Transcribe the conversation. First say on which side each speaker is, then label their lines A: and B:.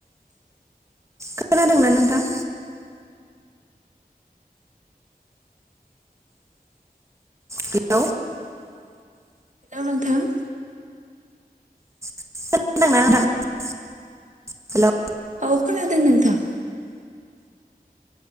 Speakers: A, on the right; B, on the right.
A: खोनादोंना नोंथां। हेल'।
B: हेल' नोंथां।
A: <inaudible> हेलौ
B: औ खोनादोंं नोंथां।